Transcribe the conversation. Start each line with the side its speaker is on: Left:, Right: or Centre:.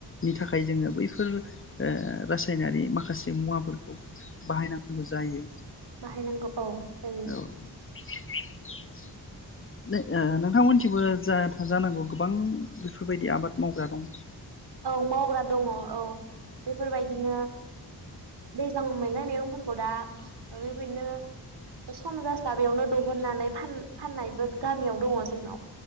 Left: थाखाय जोङो बैफोर ओ रासायनारि माखासे मुवाफोरखौ बाहायनांगौ जायो
Right: बाहायनांगौ औ जायो
Left: औ <unintelligible> नो ओ नोंथांमोनथिबो जा-जानांगौ गोबां बेफोरबायदि आबाद मावग्रा दं
Right: औ मावग्रा दङ औ बेफोरबायदिनो दैज्लांआव मोननाय मेगंफोरखौ दा ओ बेबायदिनो सम जास्लाबैयावनो दहननानै फान-फाननायबो गामियाव दङ जोंनाव।